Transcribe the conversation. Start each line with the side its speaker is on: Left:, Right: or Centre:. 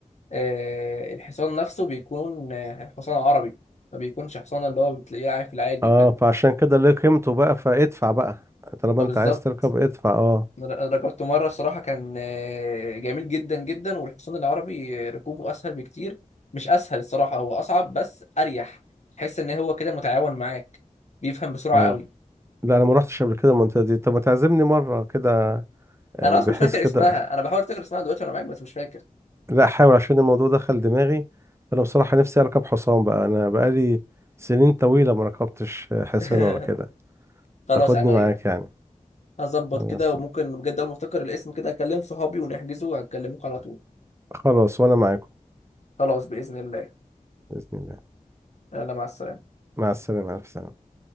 Left: آه، الحصان نفسه بيكون آه، حصان عربي ما بيكونش حصان اللي هو بتلاقيه عارف العادي
Right: اه
Left: وكده
Right: فعشان كده ليه قيمته بقى فادفع بقى طالما
Left: فبالظبط
Right: انت عايز تركب ادفع اه
Left: ركبت مرة الصراحة كان آه، جميل جدا جدا والحصان العربي آه، ركوبه أسهل بكتير مش أسهل الصراحة هو أصعب بس أريح تحس إن هو كده متعاون معاك بيفهم بسرعة
Right: اه
Left: قوي
Right: لا انا ما رحتش قبل كده المنطقه دي طب ما تعزمني مره كده آه،
Left: أنا
Right: بحيث
Left: أصلا مش فاكر
Right: كده
Left: اسمها أنا بحاول أفتكر اسمها دلوقتي وأنا معاك بس مش فاكر
Right: لا احاول عشان الموضوع دخل دماغي انا بصراحه نفسي اركب حصان بقى انا بقالي سنين طويله ما ركبتش آه، حصان
Left: <laughs>
Right: ولا كده
Left: خلاص
Right: تاخدني
Left: عينيا
Right: معاك يعني
Left: هظبط
Right: خلاص
Left: كده وممكن بجد أول ما أفتكر الاسم كده أكلم صحابي ونحجزه وهكلمكم على طول
Right: خلاص وانا معاكم
Left: خلاص بإذن الله
Right: باذن الله
Left: يلا مع السلامة
Right: مع السلامه الف سلامه